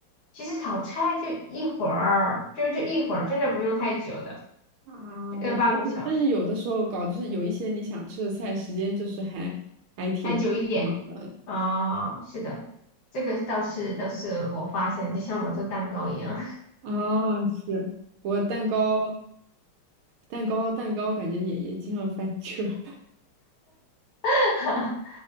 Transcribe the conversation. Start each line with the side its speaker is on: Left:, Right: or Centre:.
Left: 其实炒菜就一会儿，就是这一会儿，真的不用太久的，
Right: 啊，
Left: 这个半个小时
Right: 但是但是有的时候搞就是有一些你想吃的菜，时间就是还还挺长的
Left: 还久一点啊、是的，这个倒是倒是我发现，就像我做蛋糕一样。
Right: 啊。是我蛋糕蛋糕蛋糕，感觉也也经常翻车。<laughs>
Left: <laughs>